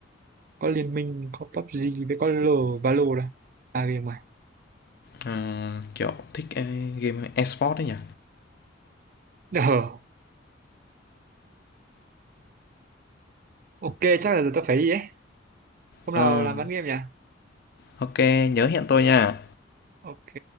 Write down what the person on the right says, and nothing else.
có Liên Minh, có PUBG với có L Valo đó. Ba game rồi.
Ờ, ok, chắc là giờ tôi phải đi ấy. Hôm
nào làm bán game nhỉ?
Ok.